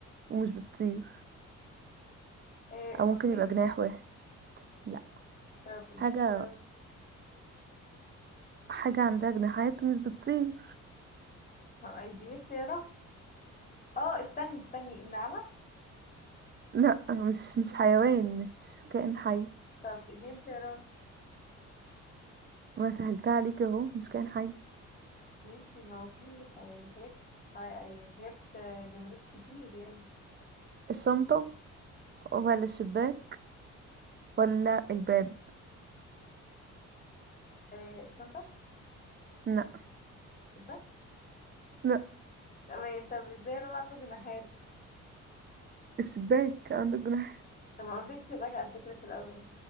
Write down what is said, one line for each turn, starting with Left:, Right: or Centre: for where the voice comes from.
Right: ومش بتطير
Left: إيه
Right: أو
Left: البطريق
Right: ممكن يبقى جناح واحد لا
Left: طب اديني
Right: حاجة
Left: اختيارات
Right: حاجة عندها جناحات ومش بتطير
Left: طب اديني اختيارات اه استني استني النعمة
Right: لا مش مش حيوان مش كائن حي
Left: طب اديني اختيارات
Right: وسهلتها عليك اهو مش كائن حي
Left: ماشي ما هو في يعني حاجات يعني حاجات آه، جمادات كتير يعني
Right: الشنطة ولا الشباك ولا الباب
Left: إيه الشنطة
Right: لا
Left: شباك
Right: لا
Left: تمام طب ازاي لو عنده جناحات
Right: الشباك عندك جناح
Left: طب ما قلتلكش شباك على فكرة في الأول